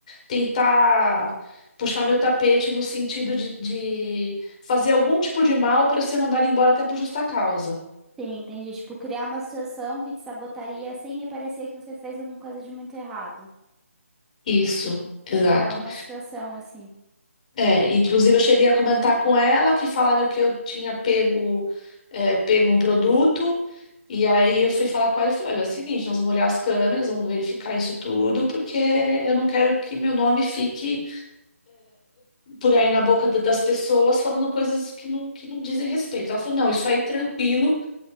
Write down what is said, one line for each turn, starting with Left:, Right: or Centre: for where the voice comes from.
Left: tentar puxar meu tapete no sentido de, de fazer algum tipo de mal para ser mandado embora até por justa causa.
Centre: Sim, entendi. Tipo, criar uma situação que te sabotaria assim e parecia que você fez alguma coisa de muito errado.
Left: Isso, exato.
Centre: Criar uma situação assim.
Left: É, inclusive eu cheguei a comentar com ela que falaram que eu tinha pego, é, pego um produto, e aí eu fui falar com ela e falei, olha, é o seguinte, nós vamos olhar as câmeras, vamos verificar isso tudo, porque eu não quero que meu nome fique por aí na boca da- das pessoas falando coisas que não, que não dizem respeito. Ela falou, não, isso aí tranquilo,